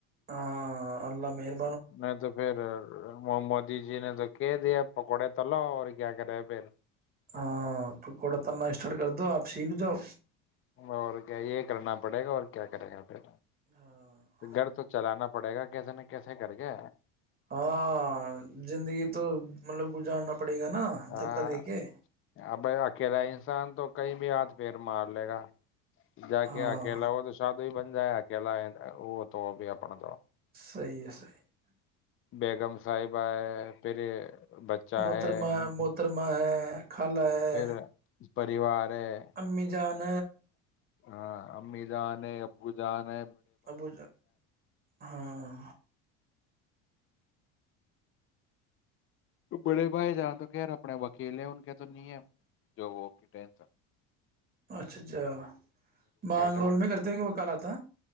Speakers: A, on the right (about 30°); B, on the left (about 40°).
A: ہاں اللہ م
B: میں تو پھر محمودی جی نے تو کہہ دیا اپ کوڑ تلو اور اک نا پھر
A: ہاں پکوڑا تنا اسٹارٹ کر دو آپ سیکھ جاؤ
B: اور کیا یہ کرنا پڑے گا اور کیا کرے گا پھر
A: ہاں
B: گھر تو چلانا پڑے گا کیسے نہ کیسے کر کے
A: ہاں زندگی تو مطلب گزارنا پڑے گا نا
B: ہاں
A: دھکا دے کے
B: ابائی اکیلا انسان تو کئی بھی ہاتھ پھر مار لے گا جا
A: ہاں
B: کے اکیلا ہو تو شاد بن جائے اکیلا وہ تو بھی اپ جو
A: صحیح ہے صحیح ہے
B: بیگم صاحب ہے پھر بچہ
A: موترم
B: ہے
A: م ا کرر میں خالا ہے
B: پھر پریوار ہے
A: امی جان
B: ہاں امی جان ہے ابو جانا
A: ابو ہاں
B: تو بڑے بھائی جان تو خیر اپنے وکیل ہیں ان کے تو نہیں ہے جو وہ کی ٹینسن
A: اچھا اچھا مانگ
B: ہے
A: رول
B: بتائیے
A: میں کرتے ہو کہ وہ کال آتا